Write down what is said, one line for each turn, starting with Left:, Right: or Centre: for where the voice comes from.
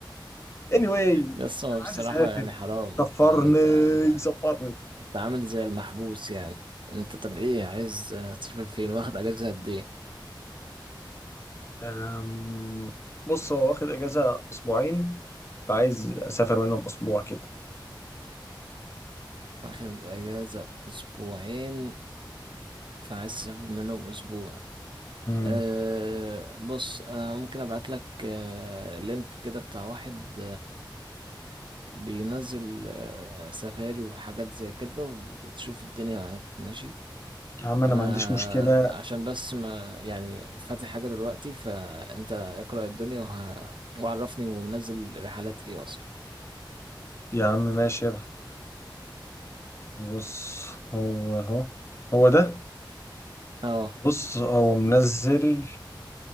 Left: يعني anyway
Right: يس هو
Left: انا
Right: بصراحه
Left: عايز اسافر
Right: يعني حرام
Left: سفرني
Right: فاهم انت انت
Left: سفرني
Right: انت عامل زي المحبوس يعني انت طب ايه عايز آه، تسافر فين واخد اجازه قد ايه
Left: أم، بص هو واخد اجازه اسبوعين فعايز اسافر منهم اسبوع كده
Right: واخد اجازه اسبوعين فعايز تسافر منهم اسبوع
Left: امم
Right: أه بص انا ممكن ابعت لك أه لينك كده بتاع واحد بينزل آه، سفاري وحاجات زي كده و- وتشوف الدنيا معاك ماشي
Left: يا عم
Right: انا
Left: انا ما عنديش مشكلة
Right: عشان بس ما يعني فاتح حاجة دلوقتي فانت اقرأ الدنيا وه... وعرفني ومنزل رحلات ايه اصلا
Left: يا عم ماشي يا بح. بص هو هو هو ده
Right: اه
Left: بص هو منزل